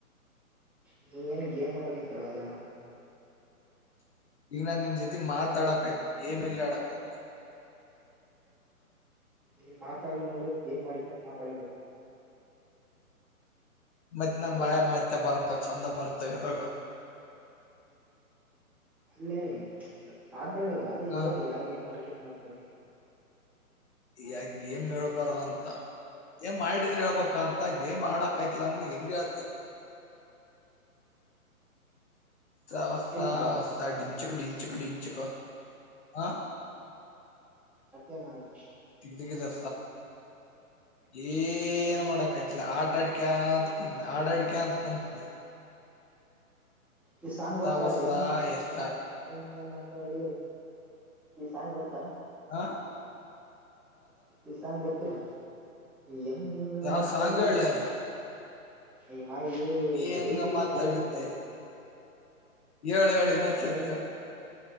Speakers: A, in the centre; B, on the left.
A: ನೀ ಏನ್ ಗೇಮ್ ಮಾಡಕ ಇತಾಳ ಅದ
B: ಈಗ ನಾು ನಿನ್ ಜೊತೆ ಮಾತಾಡಕಯ್ತನಿ ಮೇಲೆ ಆಡಕ್ಯ್ನ
A: ನೀ ಮಾತಾಡ ನೋಡಿ ಗೇಮ್ ಮಾಡಿಕಂತ ಮಾತಾಡಕಟ್ರಿ
B: ಮತ್ತತ್ ನನ್ ಬಾಳೆ ಮತ್ತೆ ಬರ್ತ್ತವ ಚಂದ ಬರ್ತವ ಇವಾಗ
A: ಅಲ್ಲೇ ಮಾತಾಡು ಅದೇ ಹೇಳು
B: ಹಾ
A: ಯಾಾಗ ಏನ್ ಮಾಡ್ಕ್ಯಂತ ಮ ಹ
B: ಯಾಕ ಗೇಮ್ ಹೇಳ್ಬಾರದಂತ ಏಂ್ ಮಾಡಿದ್ರ ಹೇಳ್ಬ ಅಂತ ಗೇಮ್ ಆಡಕ್ೈತಿಲ್ಲ ಅಂದಮಾಗ್ ಹೆಂಗಗೆ ಹೇಳತಿ ಹೊಸ
A: ವಿಷಯ ಮಾಡಕೈತಿ
B: ಹೊ ಡಿಂಚಕ ಡಿಂಚಕ ಡಿಂಚಕ ಹ
A: ಸತ್ಯ ಮಾಡಕೈತಿ
B: ದಗ ಜಾ
A: <unintelligible>
B: ಏನ್ ಮಾಡಕೈತಿಲ್ಲ ಆಟಾಡ್ಿಕ ಅಂತತ್ ಕುಂತನಿ ಆಡಾಡ್ಿಕ ಅಂತ ಕುಂತನಿ
A: ಈ ಸಾಂಗ್ ಗೊತ್ತಾ
B: ಹೊಸ
A: ಹೆಂಗ ಏ
B: ಎಸ್
A: ಹೆಂಗ ಹೆಂಗ ಮಾತಾಡಿಂಗ ಕ ಸಂಗ ಗೊತ್ತಾ
B: ಆ
A: ಈ ಸಾಂಗ ಗೊತ್ತಿಡ ಹೆಂಗ ಹೆಂಗ
B: ಯಾವ್
A: ಮಾತಾಡರಿ
B: ಸಾಂಗ್ ಹೇಳೆ
A: ಈ ಮಾಡ ಇ
B: ನೀ ಹೆಂಗ
A: ಹ್ಗೆ
B: ಮಾತಾಡತಿ
A: ಕೈ ನಾವ ಕ
B: ಹೇಳ ಹೇಳ ಇನ್ನೊಂದ್ಸತಿ
A: ಅವಾಗಿ
B: ಹೇಳ್